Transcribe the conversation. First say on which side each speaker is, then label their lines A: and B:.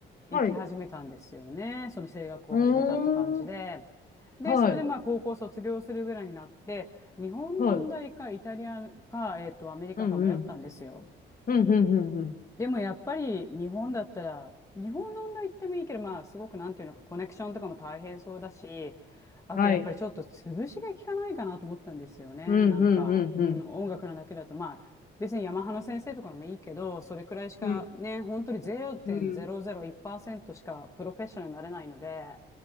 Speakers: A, on the left (about 15°); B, on the left (about 45°).
A: 行き始めたんですよね。
B: はい。う
A: その声楽を始めたって感じで。
B: ーん。
A: で、
B: はい。
A: それでまあ、高校卒業するぐらいになって、日本の音大か、
B: はい。
A: イタリアか、えっと、アメリカか迷ったんですよ。
B: うんうん。うんうんうんうん。
A: でもやっぱり、日本だったら、日本の音大行ってもいいけど、まあ、すごく、なんていうのか、コネクションとかも大変そうだし、あとやっぱりちょっと潰しが効かないかなと思ったんですよね。
B: はい。うんうんうんうん。
A: なんか、うん、音楽のだけだと、まあ、別にヤマハの先生とかのもいいけど、それくらいしかね、
B: うん。
A: 本当に0.001%
B: うん。
A: しかプロフェッショナルになれないので、